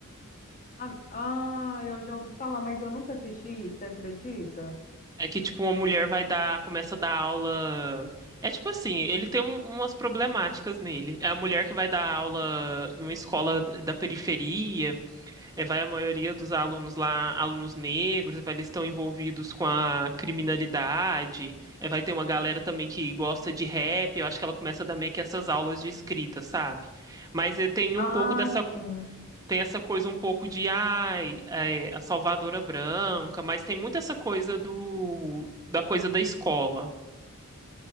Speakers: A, on the left; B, on the right.
A: Ah, ah, eu já ouvi falar, mas eu nunca assisti, você acredita?
B: É que, tipo, uma mulher vai dar, começa a dar aula. É tipo assim, ele tem um- umas problemáticas nele. É a mulher que vai dar aula numa escola d- da periferia, é, vai a maioria dos alunos lá, alunos negros, vai, eles estão envolvidos com a criminalidade. É, vai ter uma galera também que gosta de rap, eu acho que ela começa a dar meio que essas aulas de escrita, sabe? Mas é, tem
A: Ah,
B: um pouco dessa
A: sim.
B: tem essa coisa um pouco de ai, é, a salvadora branca, mas tem muito essa coisa do da coisa da escola.